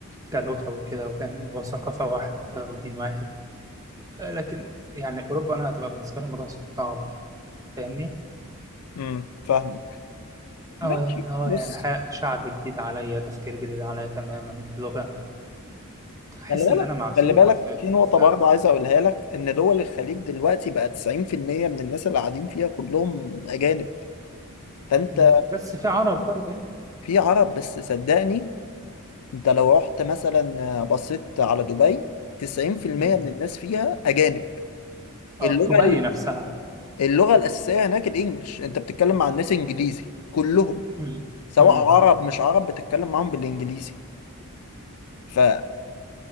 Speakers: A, on the right (about 15°); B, on the left (about 85°).
A: كلغه وكده وفاهم وثقافه واحده ودين واحد آه، لكن يعني اوروبا انا هتبقى بالنسبه لي الموضوع صعب فاهمني
B: امم فاهمك ماشي
A: اه يعني اه
B: بص
A: يعني حق- شعب جديد عليا تفكير جديد عليا تماما لغه احس
B: خلي بالك
A: ان انا معزول
B: خلي بالك
A: في
B: في نقطة
A: فعلا
B: برضه عايز أقولها لك إن دول الخليج دلوقتي بقى 90% من الناس اللي قاعدين فيها كلهم أجانب فأنت
A: مم. بس في عرب برضه يعني
B: في عرب بس صدقني أنت لو رحت مثلا آه، بصيت على دبي 90%
A: مم.
B: من الناس فيها أجانب
A: اه
B: اللغة
A: دبي نفسها
B: اللغة الأساسية هناك الإنجليش أنت بتتكلم مع الناس إنجليزي كلهم
A: مم.
B: سواء
A: مم.
B: عرب مش عرب بتتكلم معاهم بالانجليزي فخلي